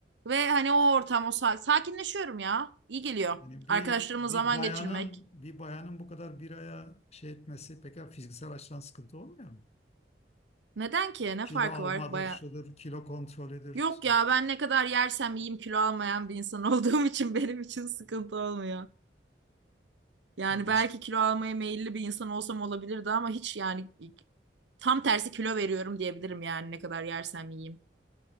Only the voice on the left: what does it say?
Yani bir
bir
bayanın
bir bayanın bu kadar bir aya şey etmesi pek fiziksel açıdan sıkıntı olmuyor mu?
Kilo
almadır,
şudur, kilo kontrolüdür.
İyiymiş.